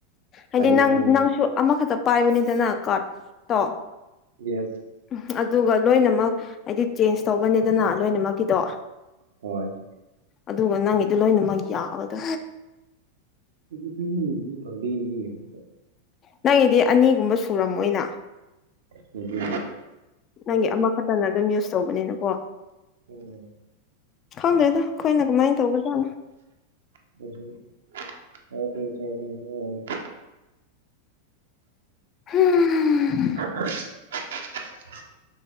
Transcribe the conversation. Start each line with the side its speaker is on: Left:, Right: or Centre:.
Left: ꯍꯥꯏꯗꯤ
Right: ꯇꯥꯏꯌꯦ
Left: ꯅꯪ
Right: ꯇꯥꯏꯌꯦ
Left: ꯅꯪꯁꯨ ꯑꯃꯈꯛꯇ ꯄꯥꯏꯕꯅꯤꯗꯅ ꯀꯥ꯭ꯔꯗ ꯇꯣ
Right: ꯌꯦꯠ
Left: ꯎꯝ ꯑꯗꯨꯒ ꯂꯣꯏꯅꯃꯛ ꯍꯥꯏꯗꯤ ꯆꯦꯟꯖ ꯇꯧꯕꯅꯦꯗꯅ ꯂꯣꯏꯅꯃꯛꯀꯤꯗꯣ
Right: ꯍꯣꯏ
Left: ꯑꯗꯨꯒ ꯅꯪꯒꯤꯗꯤ ꯂꯣꯏꯅꯃꯛ ꯌꯥꯕꯗꯣ
Right: <unintelligible> ꯃꯤ <unintelligible>
Left: ꯅꯪꯒꯤꯗꯤ ꯑꯅꯤꯒꯨꯝꯕ ꯁꯨꯔꯝꯃꯣꯏꯅ
Right: ꯁꯨꯗꯦ
Left: ꯅꯪꯒꯤ ꯑꯃꯈꯥꯇꯅ ꯑꯗꯨꯝ ꯌꯨꯁ ꯇꯧꯕꯅꯤꯅꯀꯣ
Right: ꯑꯣꯝ
Left: ꯈꯪꯗꯦꯗ ꯑꯩꯈꯣꯏꯅ ꯀꯃꯥꯏꯟ ꯇꯧꯕꯖꯥꯠꯅꯣ
Right: <unintelligible>
Left: ꯍꯝ
Right: <unintelligible>